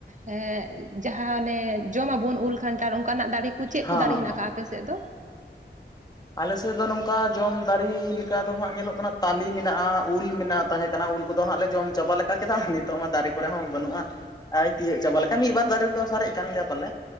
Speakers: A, on the right (about 40°); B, on the left (about 20°).
A: ᱦᱮᱸ ᱡᱟᱦᱟᱸ ᱚᱱᱮ ᱡᱚᱢ ᱟᱵᱚᱱ ᱩᱞ ᱠᱷᱟᱱᱴᱷᱟᱲ ᱚᱱᱠᱟᱱᱟᱜ ᱫᱟᱨᱮ <unintelligible> ᱪᱮᱫ
B: ᱦᱟᱸ
A: ᱠᱚ ᱫᱟᱨᱮ
B: ᱦᱟᱸ
A: ᱦᱮᱱᱟᱜ ᱠᱟᱜᱼᱟ ᱟᱯᱮ ᱥᱮᱫ ᱫᱚ?
B: ᱟᱞᱮᱥᱮᱫ ᱫᱚ ᱱᱚᱝᱠᱟ ᱡᱚᱢ ᱫᱟᱨᱮ ᱞᱮᱠᱟ ᱫᱚ ᱦᱟᱸᱜ ᱧᱮᱞᱚᱜ ᱠᱟᱱᱟ ᱛᱟᱞᱮ ᱢᱮᱱᱟᱜᱼᱟ ᱩᱞ ᱢᱮᱱᱟᱜᱼᱟ, ᱛᱟᱦᱮᱸ ᱠᱟᱱᱟ ᱩᱞ ᱠᱚᱫᱚ ᱦᱟᱸᱜ ᱞᱮ ᱡᱚᱢ ᱪᱟᱵᱟ ᱞᱮᱠᱟ ᱠᱮᱫᱟ ᱱᱤᱛᱚᱜ ᱢᱟ ᱫᱟᱨᱮ ᱠᱚᱨᱮ ᱦᱚᱸ ᱵᱟᱹᱱᱩᱜᱼᱟ, <unintelligible> ᱛᱤᱭᱳᱜ ᱪᱟᱵᱟ ᱞᱮᱠᱟᱱ ᱢᱤᱫ ᱵᱟᱨ ᱫᱟᱨᱮ ᱨᱮᱫᱚ ᱥᱟᱨᱮᱡ ᱠᱟᱱ ᱜᱮᱭᱟ ᱯᱟᱞᱮ